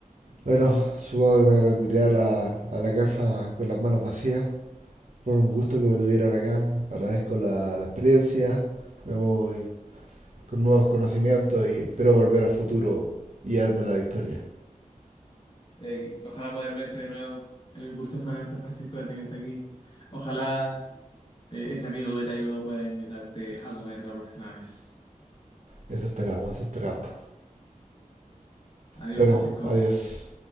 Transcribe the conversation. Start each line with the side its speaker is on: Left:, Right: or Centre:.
Right: Bueno, supongo que me retiré a la, a la casa con las manos vacías. Fue un gusto que me tuvieran acá. Agradezco la, la experiencia. Me voy con nuevos conocimientos y espero volver a futuro y darme la victoria.
Left: Eh, ojalá poder verte de nuevo. El gusto fue nuestro, Francisco, de tenerte aquí. Ojalá eh, ese amigo que te ayudó pueda invitarte a comer la próxima vez.
Right: Eso esperamos, eso esperamos.
Left: Adiós,
Right: Bueno,
Left: Francisco.
Right: adiós.